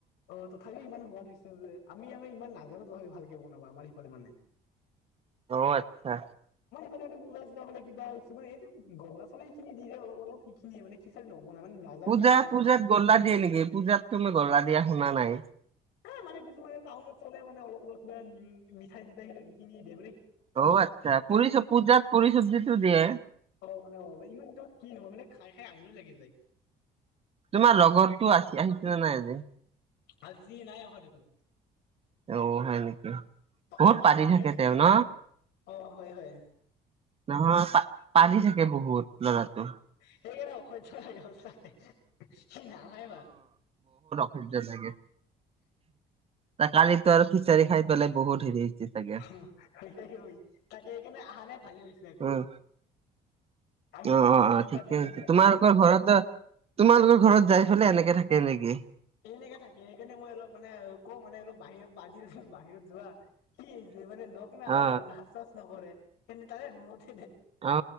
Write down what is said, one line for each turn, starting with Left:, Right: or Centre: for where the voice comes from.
Left: অ তথাপি ইমান সোৱাদ হৈছে যে আমি আমি ইমান নাজানো তথাপি ভালকে বনাবা আমাৰ সিফালে মানে
Right: অ' আতচ্ছা
Left: ফালে কিবা এই যে গল্লা- চল্লা খিনি অলপ অলপ সিখিনে মানে নবনাই মানে নাজানে
Right: পূজা
Left: না বনাব।
Right: পূজাত গল্লা দিয়ে নেকি পূজাত তুমি গলা দিয়া শুনা নাই।
Left: হা মানে কিছুমানে টাউনত চলে মে অলপ অলপা উ মিঠাই চিঠাই স সখিনিয়ে।
Right: অ আচ্ছা পুৰি চ পূজাত পুৰি চব্জি তোৰ দিয়ে।
Left: অ মানে অ ইমান এ কি নহয় মানে খাই খাই আমনি লাগি যায়।
Right: তোমাৰ লগৰটো আ আহিছিলে নাই আজি?
Left: আজি নাই অহা দেখোন।
Right: অ হয় নেকি বহুত
Left: এ পানী
Right: পাদি
Left: পৰি
Right: থাকে
Left: আছে
Right: তেওঁ ন?
Left: অ'। অ' হয় হয়
Right: নহয় পাদি থাকে বহুত লৰাটো।
Left: সেইকাৰণ অশজ্যা চে সি নাহাই বা।
Right: স লাগে ত কালিতো আৰু খিচাৰী খাই পেলাই বহুত হেৰি চাগে
Left: হু, তাকে এইকাৰনে অহা নে ভালেই হৈছে আকৌ।
Right: উম
Left: আমিতো
Right: অ', অ',
Left: বহুত
Right: অ',
Left: ডিষ্টাৰ্ব
Right: ঠিকে
Left: দি
Right: আছে
Left: থাকে।
Right: তোমালোকৰ ঘৰত তোমালোকৰ ঘৰত যাই পেললে এনেকে থাকে নেকি?
Left: এনেকে থাকে সেইকাৰণে মই অলপ মানে কওঁ মানে অলপ বাহিৰত পৰা আজি বাহিৰত যোৱা সি মানে লগ নাই
Right: অ
Left: লাজ-চাজ নকৰে স তাকে
Right: অ',